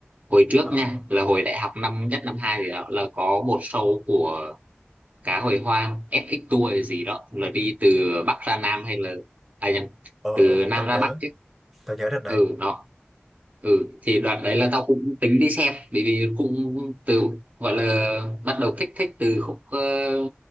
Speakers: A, on the right; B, in the centre.
A: hồi trước
B: ờ
A: nha là hồi đại học năm nhất năm hai thì đó, là có một show của cá hồi hoang FX tour hay gì đó là đi từ Bắc ra Nam hay là à nhầm
B: ờ
A: từ
B: ờ,
A: Nam
B: tao nhớ
A: ra Bắc chứ
B: tao nhớ đợt đấy
A: ừ đó ừ thì đoạn đấy là tao cũng tính đi xem bởi vì cũng từ gọi là bắt đầu thích thích từ khúc ờ,